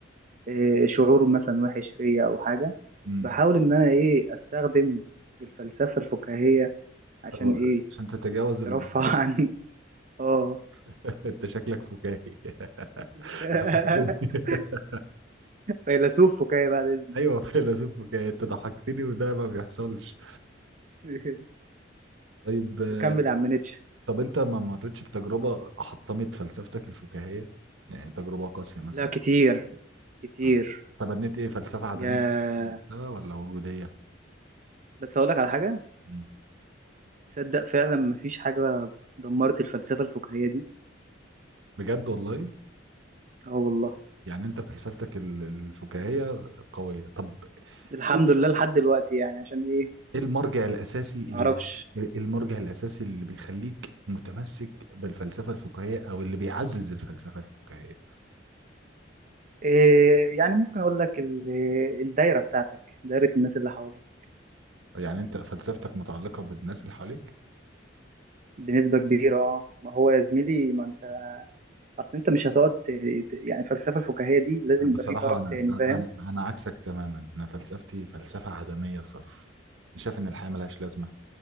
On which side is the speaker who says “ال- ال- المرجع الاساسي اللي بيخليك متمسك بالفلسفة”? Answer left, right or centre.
Right